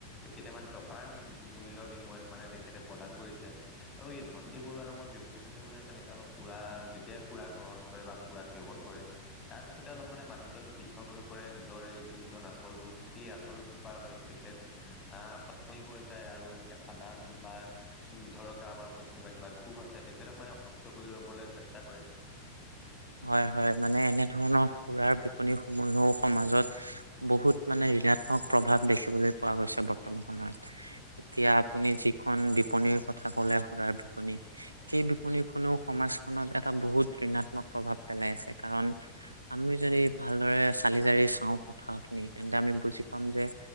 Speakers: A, on the left; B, on the right.
A: কেইটামান টকাৰ মূল্যৰ বিনিময়ত মানে তেখেতে প্ৰদান কৰিছে আৰু এই ধনন্তী বৰুৱা নামৰ ব্যক্তিজনেও মানে তেনেকে অলপ সুৰা যেতিয়াই সুৰা গ্ৰহণ কৰে বা সুৰাক সেৱন কৰে তাৰ পিছতে অলপ মানে মানুহজন পৃথক হৈ পৰে নি নিজৰ এই যোনজন আচল ৰোগ সেই আচল ৰোগটোপাৰ হয়তো তেখেত আহ সনি হৈ যায় আৰু এনেকে সাধাৰণ বা ধৰক কাৰোবাৰ ওপৰত যেনিবা কিবা ক্ষুভ আছে তেখেতক মানে অনষ্ট কৰিবলৈ চেষ্টা কৰে
B: হয় হয় মানে এনেধৰণৰ সুৰাৰ বিপনি সমূহেও সমাজত বহুত মানে ঋণাত্মক প্ৰভাৱ দেখিবলৈ পোৱা গৈছে বৰ্তমান সময়ত এতিয়া আপুনি যিখন বিপনীৰ কথা কলে সুৰাৰ বিপনী সেই বিপণীখনেও সমাজখনত এটা বহুত ঋণাত্মক প্ৰভাৱ পেলাই আছে কাৰণ আমি যদি ভালদৰে চালি জাৰি চাওঁ কথাখিনি তেন্তে আমি বুজি পাম যে